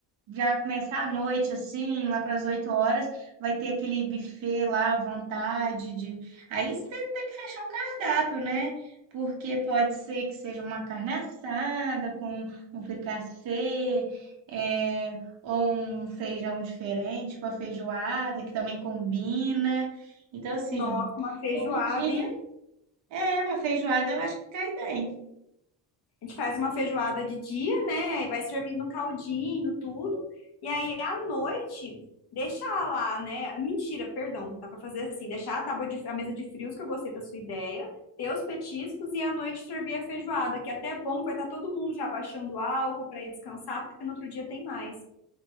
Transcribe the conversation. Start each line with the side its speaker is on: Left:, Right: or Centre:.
Right: já começar a noite, assim, lá para as 8 horas, vai ter aquele buffet lá à vontade de... Aí você tem que fechar o cardápio, né? Porque pode ser que seja uma carne assada com um fricassê, é, ou um feijão diferente, uma feijoada que também combina. Então, assim,
Left: nossa, uma feijoada,
Right: comidinha
Left: hein?
Right: é uma feijoada, eu acho que cai bem.
Left: a gente faz uma feijoada de dia, né? Aí vai servindo caldinho, tudo. E aí à noite deixar lá, né? Mentira, perdão, dá para fazer assim, deixar a tábua de, a mesa de frios que eu gostei da sua ideia, ter os petiscos e à noite servir a feijoada, que é até é bom, vai estar todo mundo já baixando o álcool para ir descansar, porque no outro dia tem mais.